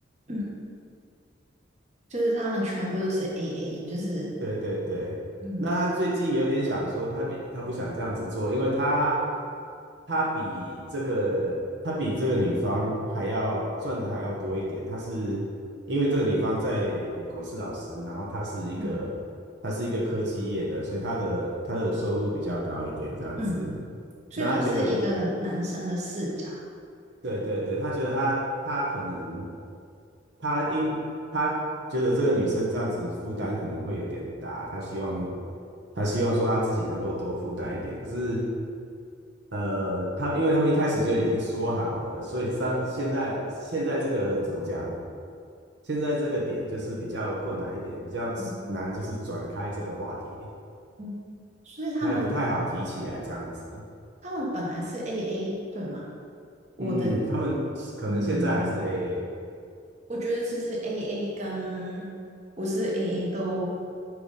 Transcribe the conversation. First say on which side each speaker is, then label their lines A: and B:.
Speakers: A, on the right; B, on the right.
A: 嗯，就是他们全部都是 AA，就是
B: 对对对，
A: 嗯
B: 那他最近有点想说他比他不想这样子做，因为他他比这个他比这个女方还要赚的还要多一点。他是因为这个女方在美国是老师，然后他是一个他是一个科技业的，
A: 嗯
B: 所以他的他的收入比较高一点这样子。
A: 嗯，所以他是一个男生的视角，
B: 那他觉得对对对，他觉得他他可能他应他觉得这个女生这样子负担可能会有点大，他希望他希望说他自己能够多负担一点。可是呃，他们因为他们一开始就已经说好了，所以上现在现在这个怎么讲？现在这个点就是比较困难一点，比较难就是转开这个话题，
A: 嗯嗯，所以他们
B: 他也不太好提起来这样子。嗯
A: 他们本来是 AA 对吗？我的
B: 嗯嗯，他们可能现在还是
A: 嗯，
B: AA。
A: 我觉得其实 AA 跟不是 AA 都，